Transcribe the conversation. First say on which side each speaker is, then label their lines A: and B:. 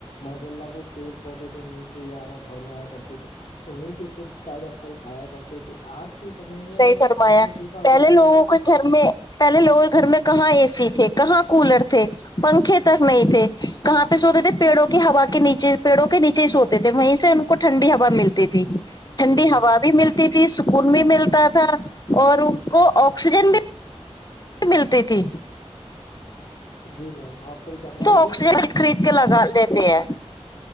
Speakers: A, on the left (about 70°); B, on the left (about 35°).
A: محض اللہ پیڑ پودوں کے نیچے ہی آرام فرمایا کرتے تھے انہیں کے شدھ تازہ فھل کھایا کرتے تھے آج کے سمے میں
B: صحیح فرمایا
A: آپ نے دیکھا
B: پہلے
A: ہوا
B: لوگوں
A: بھی ایسا کچھ
B: کے گھر میں پہلے لوگوں کے گھر میں کہاں اے سی تھے کہاں کولر تھے پنکھے تک نہیں تھے کہاں پہ سوتے تھے پیڑوں کی ہوا کے نیچے پیڑوں کے نیچے ہی سوتے تھے وہیں سے ہم کو ٹھنڈی ہوا ملتی تھی ٹھنڈی
A: جی میم
B: ہوا بھی ملتی تھی سکون بھی ملتا تھا اور ان کو آکسیجن بھی ملتی تھی
A: جی میم آپ صحیح فرما
B: تو
A: رہے
B: آکسیجن
A: دیکھو
B: خرید کے لگا لیتے ہیں